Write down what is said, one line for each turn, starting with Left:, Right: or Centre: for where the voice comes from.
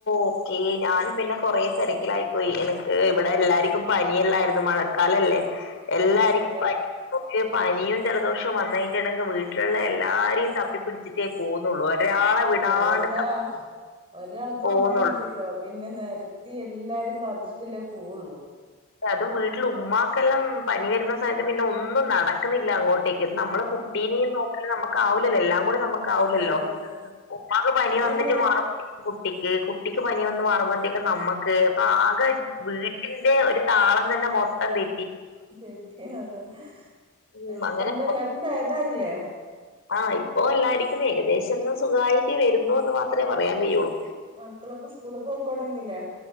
Left: ഓക്കേ ഞാനും പിന്നെ കൊറേ തെരക്കിലായിപ്പോയി എനക്ക് ഇവിടെ എല്ലാര്ക്കും പനിയെല്ലാരുന്നു മഴ മഴകാലല്ലേ എല്ലാര്ക്കും
Right: ആഹ് അതെ
Left: പനി <unintelligible> പനിയും ജലദോഷവും വന്നയിട്ടുണ്ടെങ്കി വീട്ടില്ള്ളെല്ലാരെയും തപ്പിപ്പിടിച്ചു ച്ചിട്ടെ പോവുന്നുള്ളൂ ഒരാളെ
Right: അതെ
Left: വിടാണ്ട്
Right: ഒരാ ഒരാൾക്ക്
Left: പോകുന്നുള്ളൂ
Right: വന്നാ മതിയല്ലോ പിന്നെ നെരത്തി എല്ലാരേം ബാധിച്ചിട്ടല്ലേ പോവുള്ളൂ
Left: അതും വീട്ടിൽ ഉമ്മാക്കെല്ലാം പനി വെരുന്ന സമയത്ത് പിന്നൊന്നും നടക്കുന്നില്ല അങ്ങോട്ടേക്ക് നമ്മളെ കുട്ടീനീം
Right: ആഹ്
Left: നോക്കല് നമുക്കാവൂല്ലല്ലോ എല്ലാം കൂടെ നമ്മ ക്കാവൂലല്ലോ
Right: അതന്നെ അതന്നെ
Left: ഉപ്പാക്ക് പനി
Right: ഇപ്പൊ
Left: വന്നിട്ട്
Right: എന്താ
Left: മാറും കുട്ടിക്ക് കുട്ടിക്ക് പനി വന്ന് മാറുമ്പഴത്തേക്കും നമ്മക്ക് അപ്പാകെ വീട്ടിന്റെ ഒരു താളം തന്നെ മൊത്തം തെ
Right: തെറ്റിഹ ഹതന്നെ
Left: ഉം
Right: ഇപ്പെന്താ
Left: അങ്ങനെ മൊ-
Right: എല്ലാര്ക്കും ഭേദായില്ലേ
Left: ആ ഇപ്പോ എല്ലാരിക്കും ഏകദേശംന്ന് സുഖായിട്ട് വരുന്നുന്ന് മാത്രെ പറയാൻ കയുള്ളൂ
Right: മക്കളൊക്കെ സ്കൂളി പോക് തൊടങ്ങില്ലേ